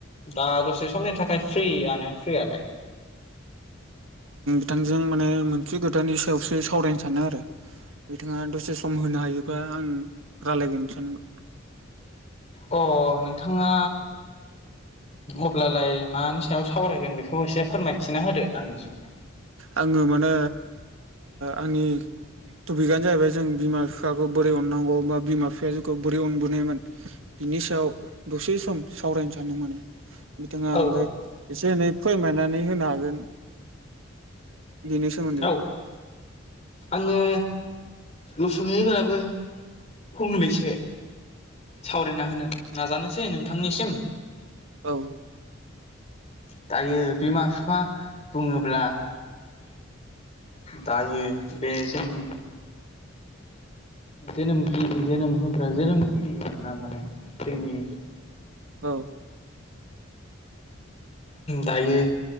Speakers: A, on the left; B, on the right.
A: दा दसे समनि थाखाय फ्र्रिआनो फ्रीयालाय
B: गोथजों माने मोनसे गोदाननि सायावसो सावरायनो सानो आरो। बिथाङा दसे सम होनो हायोबा आं राय्लायगोन सानोमोन।
A: अ नोंथाङा अब्लालाय मा सायाव सावरायगोन बेखौ एसे फोरमायथिना होदो आंनिसिम
B: आङो माने आंनि टपिकआनो जाहैबाय जों बिमा बिफाखौ बोरै अनांगौ बा बिमा बिफाया जोंखौ बोरै अनबोनायोन। बिनि सायाव दसे सम सावरायनो सानदों मे बिथाङा
A: औ
B: ओमफ्राय
A: औ
B: एसे एनै फोरमायनानै होनो हागोन। बेनि सोमोन्दै
A: औ आङो उसुमैफोराबो फुंलिसे सावरायना होनो नाजानोसै नोंथांनिसिम
B: औ
A: दायो बिमा बिफा बुङोब्ला दायो बे जोंनि जेनोम गि जेनोम होग्रा जेनोम कि माने जोंनि
B: औ
A: दायो